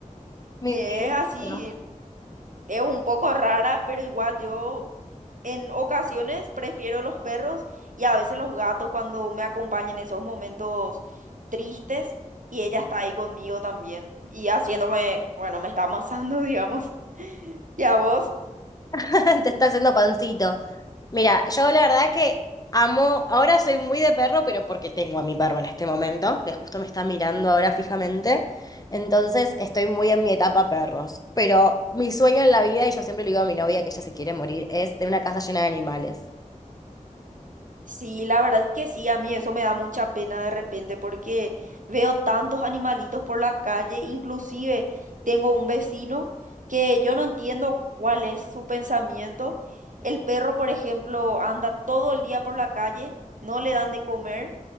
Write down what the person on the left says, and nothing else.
Mi
pinto.
<laughs> Te está haciendo pancito. Mira, yo la verdad que amo, ahora soy muy de perro, pero porque tengo a mi perro en este momento, que justo me está mirando ahora fijamente. Entonces estoy muy en mi etapa perros. Pero mi sueño en la vida, y yo siempre le digo a mi novia que ella se quiere morir, es tener una casa llena de animales.